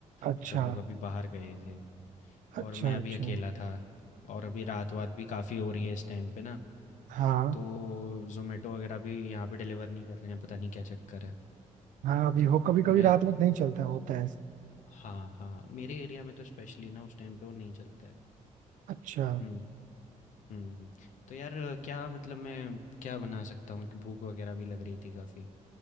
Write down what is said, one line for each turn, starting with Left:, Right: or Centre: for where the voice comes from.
Right: अच्छा
Left: तो सब लोग अभी बाहर गए थे
Right: अच्छा
Left: और मैं अभी
Right: अच्छा
Left: अकेला था। और अभी रात वात भी काफ़ी हो रही है इस टाइम पे ना।
Right: हाँ
Left: तो जोमेटो वगैरह भी यहाँ पे डिलीवर नहीं कर रहे हैं, पता नहीं क्या चक्कर है।
Right: हाँ अभी
Left: तो
Right: हो कभी कभी
Left: मैं
Right: रात में नहीं चलता होता है
Left: हाँ, हाँ, मेरे एरिया में तो स्पेशली ना उस टाइम पे वो नहीं चलता है।
Right: अच्छा
Left: हुँ, हुँ। तो यार अ, क्या मतलब मैं क्या बना सकता हूँ? कि भूख वगैरह भी लग रही थी काफ़ी।